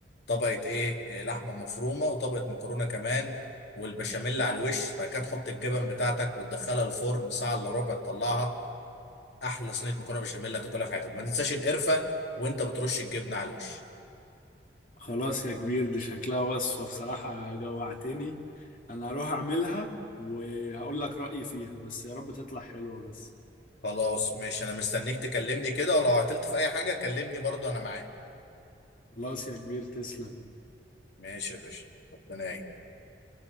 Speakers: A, on the left; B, on the left.
A: طبقة ايه إيه، لحمة مفرومة وطبقة مكرونة كمان والبشاميل على الوش بعد كده تحط الجبن بتاعتك وتدخلها الفرن ساعة الا ربع تطلعها احلى صينية مكرونة بشاميل هتاكلها في حياتك ما تنساش القرفة وانت بترش الجبنة على الوش
B: خلاص يا كبير دي شكلها وصفة بصراحة جوعتني أنا هروح أعملها وهقول لك رأيي فيها بس يا رب تطلع حلوة بس
A: خلاص ماشي انا مستنيك تكلمني كده ولو عطلت في اي حاجة كلمني برضه انا معاك
B: خلاص يا كبير تسلم
A: ماشي يا باشا ربنا يعين